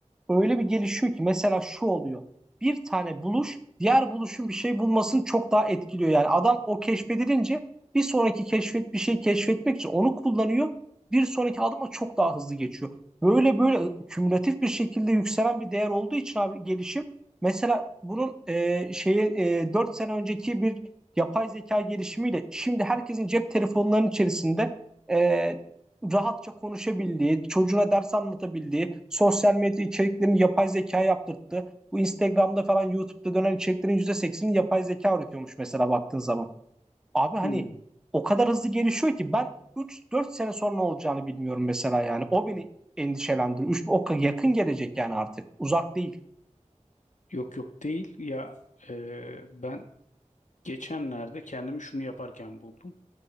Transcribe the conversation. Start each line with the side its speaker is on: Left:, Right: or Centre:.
Centre: öyle bir gelişiyor ki mesela şu oluyor. Bir tane buluş diğer buluşun bir şey bulmasını çok daha etkiliyor. Yani adam o keşfedilince bir sonraki keşfet bir şey keşfetmek için onu kullanıyor. Bir sonraki adıma çok daha hızlı geçiyor. Böyle böyle kümülatif bir şekilde yükselen bir değer olduğu için abi gelişim. Mesela bunun e, şeyi e, 4 sene önceki bir yapay zeka gelişimiyle şimdi herkesin cep telefonlarının içerisinde e, rahatça konuşabildiği, çocuğuna ders anlatabildiği, sosyal medya içeriklerini yapay zeka yaptırttı. Bu Instagram'da falan YouTube'da dönen içeriklerin %80'ini yapay zeka üretiyormuş mesela baktığın zaman. Abi hani
Left: Hmm.
Centre: o kadar hızlı gelişiyor ki ben üç dört sene sonra ne olacağını bilmiyorum mesela yani. O beni endişelendiriyor. Üç, o ka- yakın gelecek yani artık. Uzak değil.
Left: Yok yok değil ya e, ben geçenlerde kendimi şunu yaparken buldum.